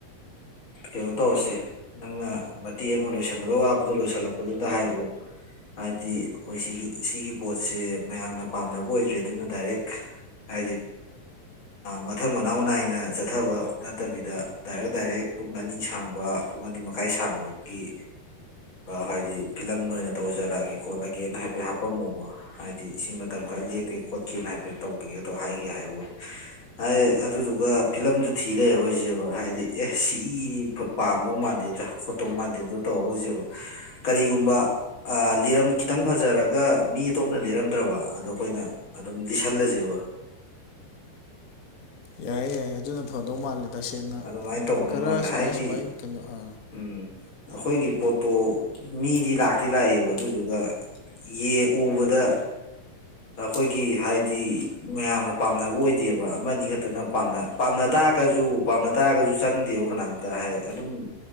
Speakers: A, on the left (about 35°); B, on the left (about 70°).
A: ꯀꯩꯅꯣ ꯇꯧꯔꯁꯦ ꯅꯪꯅ ꯃꯇꯦꯛ ꯑꯃ ꯂꯣꯏꯁꯤꯟꯒꯗꯕ ꯋꯥꯕꯗꯨꯣ ꯂꯣꯏꯁꯤꯜꯂꯛꯄꯗꯨꯗ ꯍꯥꯏ ꯎꯨ ꯍꯥꯏꯗꯤ ꯑꯩꯈꯣꯏ ꯁꯤꯒꯤ ꯁꯤꯒꯤ ꯄꯣꯠꯁꯦ ꯃꯌꯥꯝꯅ ꯄꯥꯝꯅꯕ ꯑꯣꯏꯗ꯭ꯔꯦ ꯑꯗꯨꯅ ꯗꯥꯏꯔꯦꯛ ꯍꯥꯏꯖꯤ ꯃꯊꯪ ꯃꯅꯥꯎ ꯅꯥꯏꯅ ꯆꯠꯊꯕ ꯅꯠꯇꯕꯤꯗ ꯗꯥꯏꯔꯦꯛ ꯗꯥꯏꯔꯦꯛ ꯄꯨꯡ ꯑꯅꯤ ꯁꯥꯡꯕ ꯄꯨꯡ ꯑꯅꯤ ꯃꯈꯥꯏ ꯁꯥꯡꯕꯒꯤ ꯍꯥꯏꯗꯤ ꯐꯤꯂꯝ ꯑꯣꯏꯅ ꯇꯧꯖꯔꯛꯑꯒꯦ ꯈꯣꯠꯂꯒꯦꯅ ꯍꯥꯏꯐꯦꯠ ꯍꯥꯄꯝꯃꯨꯕ ꯍꯥꯏꯗꯤ ꯁꯤ ꯃꯇꯝ ꯈꯔ ꯂꯦꯞꯀꯦ ꯈꯣꯠꯀꯦꯅ ꯍꯥꯏꯐꯦꯠ ꯇꯧꯒꯦꯗꯣ ꯍꯥꯏꯒꯦ ꯍꯥꯏꯔꯨ ꯍꯥꯏ ꯑꯗꯨꯗꯨꯒ ꯐꯤꯂꯝꯗꯨ ꯊꯤ ꯂꯩꯈꯣꯏꯁꯦꯕ ꯍꯥꯏꯗꯤ ꯑꯦ ꯁꯤꯗꯤ ꯄꯥꯝꯗꯧ ꯃꯥꯥꯟꯂ ꯗ ꯈꯣꯠꯇꯣꯛ ꯃꯥꯟꯗꯦꯗ ꯇꯧꯔꯔꯣꯏꯁꯦꯕ ꯀꯔꯤꯒꯨꯝꯕ ꯂꯤꯔꯝ ꯈꯤꯇꯪ ꯐꯖꯔꯒ ꯃꯤ ꯑꯇꯣꯞꯅ ꯂꯤꯔꯝꯗ꯭ꯔꯕ ꯑꯗꯣ ꯑꯩꯈꯣꯏꯅ ꯑꯗꯨꯝ ꯂꯤꯁꯜꯂꯁꯦꯕ
B: ꯌꯥꯏꯌꯦ ꯌꯥꯏꯌꯦ ꯑꯗꯨꯅ ꯐꯗꯧ ꯃꯥꯜꯂꯦ ꯇꯁꯦꯡꯅ
A: ꯑꯗꯨꯃꯥꯏꯅ
B: ꯃꯇꯝ
A: ꯇꯧꯗꯣꯏ
B: ꯈꯔ
A: ꯃꯥꯜꯂꯦ
B: ꯁꯨꯃꯥꯏ
A: ꯍꯥꯏꯗꯤ
B: ꯁꯨꯃꯥꯏ ꯀꯩꯅꯣ ꯑ
A: ꯎꯝ ꯑꯩꯈꯣꯏꯒꯤ ꯄꯣꯠꯇꯣ ꯃꯤꯗꯤ ꯂꯥꯛꯇꯤ ꯂꯥꯛꯑꯦꯕ ꯑꯗꯨꯗꯨꯒ ꯌꯦ ꯎꯕꯗ ꯑꯩꯈꯣꯏꯒꯤ ꯍꯥꯏꯗꯤ ꯃꯌꯥꯝꯅ ꯄꯥꯝꯅꯕ ꯑꯣꯏꯗꯦꯕ ꯑꯃꯅꯤ ꯑ ꯈꯛꯇꯅ ꯄꯝ ꯄꯥꯝꯅ ꯇꯥꯛꯔꯒꯁꯨ ꯄꯥꯝꯅ ꯇꯥꯔꯒꯁꯨ ꯆꯪꯗꯦꯕ ꯀꯅꯥꯝꯇ ꯍꯥꯏ ꯑꯗꯨꯝ